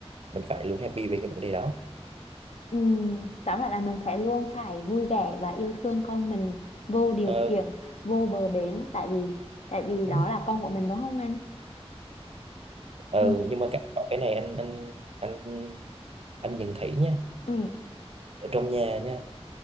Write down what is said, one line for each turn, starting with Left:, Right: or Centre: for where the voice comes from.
Right: mình phải luôn happy về cái vấn đề đó
Left: ừ tóm lại là mình sẽ luôn phải vui vẻ và yêu thương con mình vô điều
Right: ờ,
Left: kiện vô bờ bến tại vì tại vì
Right: đúng.
Left: đó là con của mình đúng không anh
Right: ờ,
Left: ừ
Right: nhưng mà cái, có cái này anh anh anh anh nhận thấy nha
Left: ừ
Right: ở trong nhà nha